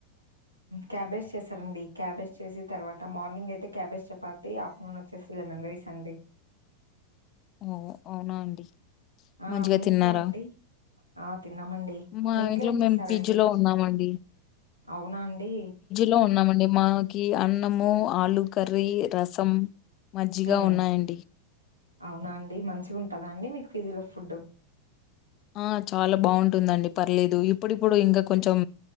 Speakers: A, on the right (about 85°); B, on the left (about 35°).
A: క్యాబేజ్ చేస్తారండి క్యాబేజ్ చేసి తర్వాత మార్నింగ్ అయితే క్యాబేజ్ చెప ఆఫటర్నూన్ వచ్చేసి లెమన్ రైస్ అండి
B: ఓ అవునా అండి
A: ఆ
B: మంచిగా
A: మీ
B: తిన్నారా
A: ఇంట్లో అండి ఆ తిన్నామండి
B: మా
A: మీ ఇంట్లో ఏం చేస్తారండి
B: మేము పీజీలో ఉన్నామండి
A: అవునండి
B: లో ఉన్నామండి మాకి అన్నము ఆలు కర్రీ రసం మజ్జిగా
A: ఉమ్
B: ఉన్నాయండి
A: అవునా అండి మంచిగా ఉంటదా అండి మీకు పిజీలో ఫుడ్
B: ఆ చాలా బాగుంటుందండి పర్లేదు ఇప్పుడిప్పుడు ఇంకా కొంచెం